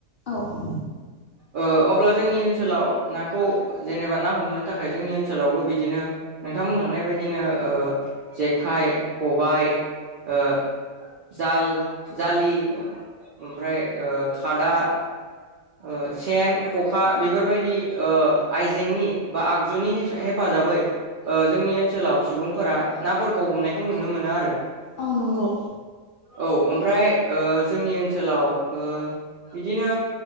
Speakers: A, on the left; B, on the right.
A: औ
B: ओ अब्ला जोंनि ओनसोलाव नाखौ जेनेबा ना हमनो थाखाय जोंनि ओनसोलावबो बिदिनो नोंथां बुंलांनाय बायदिनो बिदिनो जेखाइ खबाय ओ जाल जालि ओमफ्राय ओ खादा ओ सेन खखा बेफोरबायदि ओ आइजेंनि बा आगजुनि हेफाजाबै जोंनि ओनसोलाव सुबुंफोरा नाफोरखौ हमनायखौ नुनो मोनो आरो
A: औ नंगौ
B: औ ओमफ्राय ओ जोंनि ओनसोलाव ओ बिदिनो